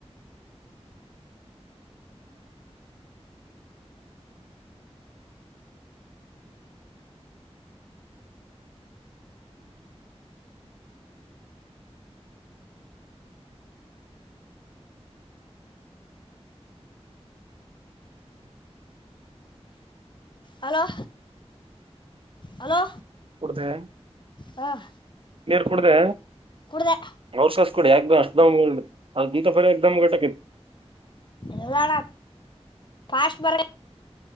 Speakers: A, on the left (about 45°); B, on the right (about 55°).
A: ಹಲೋ ಹಲೋ
B: ಕುಡ್ದೆ
A: ಹಾಂ
B: ನೀರ್ ಕುಡ್ದೆ
A: ಕುಡ್ದೆ
B: ಅವ್ಸ ಅವ್ಸ ಕುಡಿ ಯಾಕ ಬ. <unintelligible> ಆ ಗೀತಪರಿ ಏಕ್ಧಮ್ ಗಟ್ಟ
A: ಇಲ್ಲಾಣ್ಣ. ಫಾಸ್ಟ್ ಬರೆ